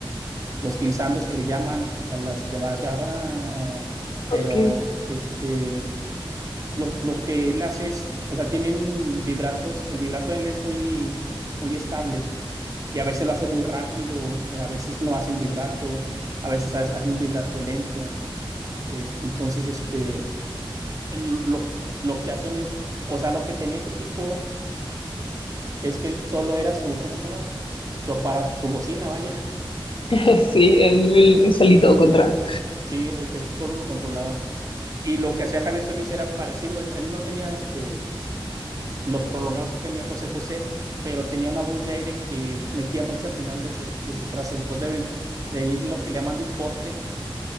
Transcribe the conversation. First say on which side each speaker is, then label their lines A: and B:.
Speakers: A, on the right; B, on the left.
A: los glisandos que le llaman, o sea, las que va hacia abajo, pero
B: Ok,
A: este, lo, lo que él hace es, o sea, tienen vibratos, el vibrato de él es muy, muy estable y a veces lo hace muy rápido, a veces no hacen vibrato, a veces ha- hacen un vibrato lento, es- entonces, este, lo, lo que hacen es, o sea, lo que tenía ese tipo Es que él solo era su, ¿cómo se llama? Su aparato, su bocina, vaya. <laughs>
B: <laughs> sí, el, el, el solito contra.
A: Sí, él, él solo lo controlaba. Y lo que hacía Javier Solís era parecido. Él, él no tenía este, los prolongados que tenía José José, pero tenía una voz de aire que metía mucho al final de sus, de sus frases. Entonces deben de venir lo que le llaman de un forte,